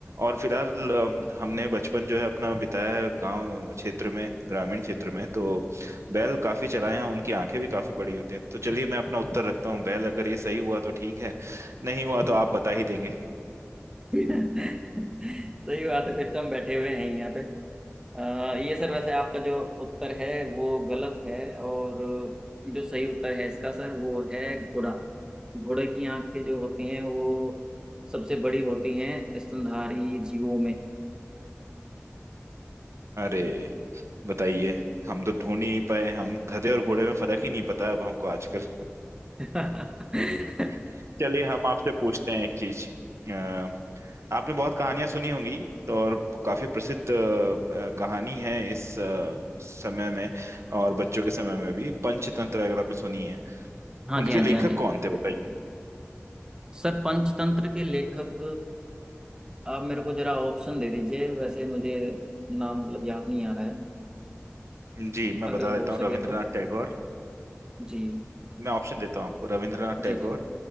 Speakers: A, on the right; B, on the right.
A: और फिलहाल अ, हमने बचपन जो है अपना बिताया है गांव क्षेत्र में ग्रामीण क्षेत्र में तो बैल काफी चलाए हैं उनकी आंखें भी काफी बड़ी होती हैं तो चलिए मैं अपना उत्तर रखता हूँ बैल अगर ये सही हुआ तो ठीक है नहीं हुआ तो आप बता ही देंगे
B: <laughs> सही बात है फिर तो हम बैठे हुए हैं यहाँ पे। अ, ये सर वैसे आपका जो उत्तर है वो गलत है और जो सही उत्तर है इसका सर वो है घोड़ा घोड़े की आंखें जो होती हैं वो सबसे बड़ी होती हैं स्तनधारी जीवों में <laughs>
A: अरे बताइए हम तो ढूंढ ही नहीं पाए हम गधे और घोड़े में फर्क ही नहीं पता अब हमको आजकल
B: जी।
A: <laughs> चलिए हम आपसे पूछते हैं एक चीज अ, आपने बहुत कहानियां सुनी होंगी तो और काफी प्रसिद्ध अ, अ, कहानी है इस अ, समय में और बच्चों के समय में भी पंचतंत्र अगर आपने सुनी है
B: हाँ जी
A: उनके
B: हाँ
A: लेखक
B: जी हाँ जी
A: कौन थे बताइए
B: सर पंचतंत्र के लेखक आप मेरे को जरा ऑप्शन दे दीजिए वैसे मुझे नाम मतलब याद नहीं आ रहा है
A: जी मैं
B: अगर
A: बता देता
B: हो
A: हूँ
B: सके
A: रविंद्रनाथ
B: तो
A: टैगोर
B: जी
A: मैं ऑप्शन देता हूँ आपको रविंद्रनाथ
B: जी
A: टैगोर
B: जी